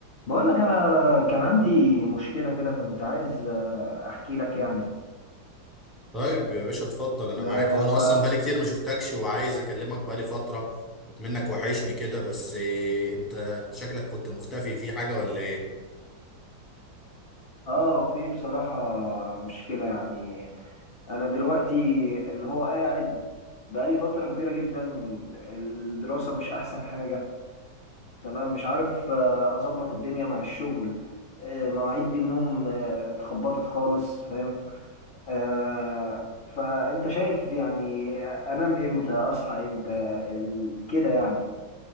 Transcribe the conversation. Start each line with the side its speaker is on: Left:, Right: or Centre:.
Left: بقول لك انا كان عندي مشكله كده كنت عايز آه، احكي لك يعني
Centre: طيب يا باشا اتفضل انا
Left: ب-
Centre: معاك وانا
Left: ف
Centre: اصلا بقالي كتير ما شفتكش وعايز اكلمك بقالي فترة منك وحشني كده بس إيه، انت شكلك كنت مختفي في حاجة ولا ايه
Left: اه في بصراحه مشكله يعني انا دلوقتي اللي هو قاعد بقالي فتره كبيره جدا الدراسه مش احسن حاجه تمام مش عارف آه، اظبط الدنيا مع الشغل آه، مواعيد النوم آه، اتخبطت خالص فاهم آه، فانت شايف يعني انام امتى اصحى امتى ال- كده يعني